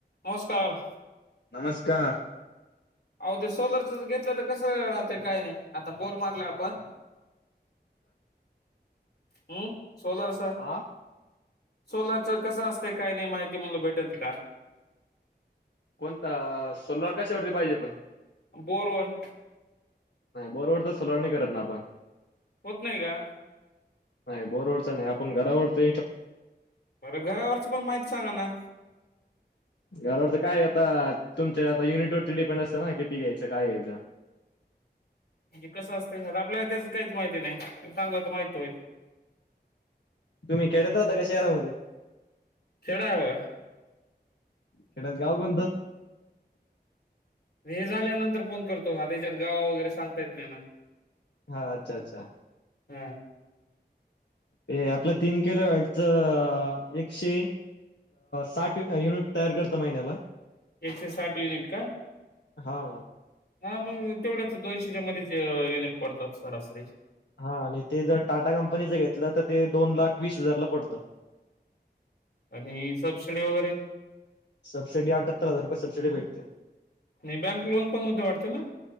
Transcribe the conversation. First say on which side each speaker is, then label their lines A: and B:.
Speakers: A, on the left; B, on the left.
A: नमस्कार
B: नमस्कार
A: आलो ते सोलरच घेतलं तर कस राहतय काय नाही. आता बोर मारला आपण हम्म. सोलार स.
B: हा
A: सोलरच कसं असते काय नाही माहिती मला भेटेल का.
B: कोणता सोलार का <unintelligible> पाहिजे आपण
A: बोरवर.
B: नाही बरोवर तर सोलार नाही करत ना आपण.
A: होत नाही का?
B: नाही बोरवर च नाही आपण घरावरच <unintelligible>
A: बरं घरावरची पण माहिती सांगा ना.
B: घरावरच काय आता तुमच्या आता युनिट वरती डिपेंड असतं ना किती घ्यायचं काय घ्यायचं.
A: म्हणजे कसं असते आता आपल्याला त्याच काहीच माहिती नाही सांगाल तर माहिती होईल.
B: तुम्ही खेड्यात राहता का शहरामध्ये?
A: खेडं आहे बघा.
B: खेड्यात गाव कोणत?
A: हे झाल्यानंतर फोन करतो हाता त्याच्यात गावा वगैरे सांगता येत नाही ना.
B: हा अच्छा अच्छा
A: हा
B: ते आपलं तीन किलो व्याटचं एकशे साठ युनिट तयार करत महिन्याला
A: एक से साठ युनिट का?
B: हा.
A: हा मग तेवढ्याच दोनशेच्या मध्येच युनिट पडतात सरासरी
B: हा आणि ते जर टाटा कंपनीच घेतलं तर ते दोन लाख वीस हजारला पडतं.
A: आणि सबसिडी वगैरे.
B: सबसिडी आठ्यातर हजार. सबसिडी भेटते.
A: आणि बँक लोन पण होते वाटते ना?